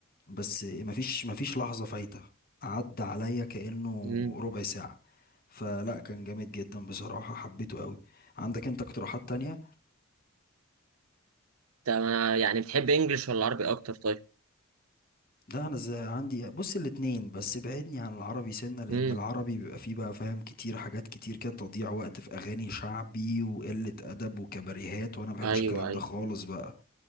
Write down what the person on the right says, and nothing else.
مم.
ده ما- يعني بتحب انجلش ولا عربي اكتر طيب
امم
ايوه
ايوه